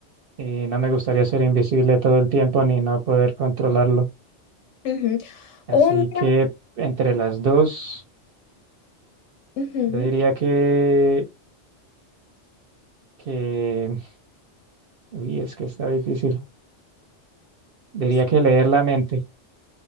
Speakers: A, on the right; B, on the left.
A: Y no me gustaría ser invisible todo el tiempo ni no poder controlarlo.
B: ujú.
A: Así
B: Oh, mira,
A: que entre las dos,
B: ujú.
A: yo diría que que, uy, es que está difícil. Diría
B: Sí.
A: que leer la mente.